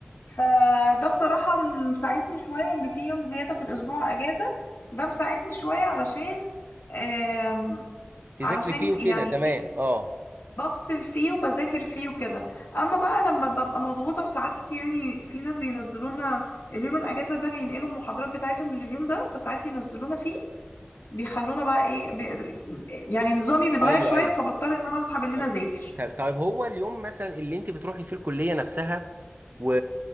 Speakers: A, on the left; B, on the right.
A: فده بصراحة مساعدني شوية إن في يوم زيادة في الأسبوع أجازة ده مساعدني شوية علشان آم،
B: تذاكري
A: علشان
B: فيه وكده
A: يعني
B: تمام
A: إيه
B: أه
A: بفصل فيه وبذاكر فيه وكده أما بقى لما ببقى مضغوطة وساعات يعني في ناس بينزلونا اليوم الأجازة ده بينقلوا المحاضرات بتاعتهم لليوم ده فساعات ينزلونا فيه بيخلونا بقى إيه بي يعني نظامي بيتغير
B: أيوه
A: شوية
B: أيوه
A: فبضطر إن أنا أصحى بالليل
B: طيب
A: أذاكر
B: طيب طيب هو اليوم مثلا اللي انت بتروحي فيه الكليه نفسها و...